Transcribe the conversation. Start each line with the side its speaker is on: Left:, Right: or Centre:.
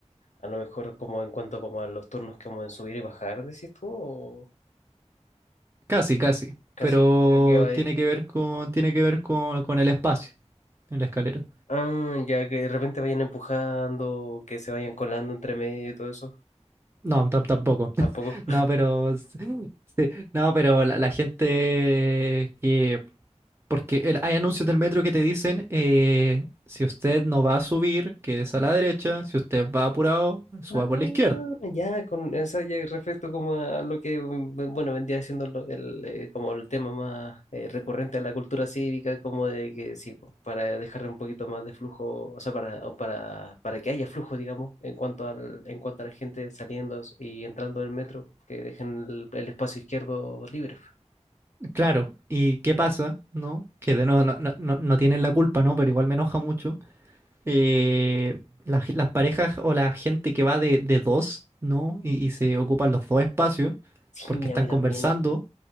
Left: a lo mejor como en cuanto como a los turnos como en subir y bajar, decís tú, o
Right: Casi, casi,
Left: casi,
Right: pero
Left: creo que va ahí.
Right: tiene que ver con, tiene que ver con, con el espacio en la escalera.
Left: Ah, ya que de repente vayan empujando, que se vayan colando entre medio y todo eso,
Right: No, tam- tampoco.
Left: tampoco.
Right: No, pero <laughs> sí, no, pero la, la gente que porque el- hay anuncios del metro que te dicen eh, si usted no va a subir, que es a la derecha, si usted va apurado, suba
Left: Ah,
Right: por la izquierda.
Left: ya, con esa ya respecto como a lo que, mm, bueno, vendría siendo lo- el, eh, como el tema más eh, recurrente a la cultura cívica, como de que sí, po, para dejar un poquito más de flujo, o sea, para, o para, para que haya flujo, digamos, en cuanto al, en cuanto a la gente saliendo y entrando del metro, que dejen el, el espacio izquierdo libre.
Right: Claro, ¿y qué pasa? ¿No? Que de nuevo no, no- no- no tienen la culpa, ¿no? Pero igual me enoja mucho. Eh, las, las parejas o la gente que va de, de dos, ¿no? Y, y se ocupan los dos espacios
Left: Sí,
Right: porque están
Left: a mí
Right: conversando.
Left: también.